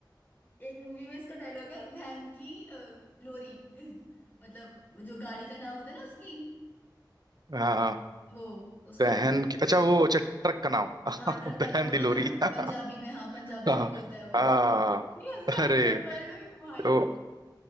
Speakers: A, on the left; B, on the right.
A: एक मूवी में इसका डायलॉग है वैन की अ, लोरी <laughs> मतलब जो गाड़ी का नाम होता है ना उसकी
B: हाँ हाँ
A: वो उसका
B: बहन की अच्छा वो अच्छा ट्रक का नाम
A: हाँ ट्रक
B: <laughs>
A: का
B: बहन
A: नाम होता
B: दिलोरी
A: है ना
B: <laughs>
A: पंजाबी में हाँ पंजाबी
B: हाँ
A: में बोलता है वो
B: हाँ।
A: इतनी हंसी
B: अरे
A: आती है उस वाले में भी भाई
B: तो,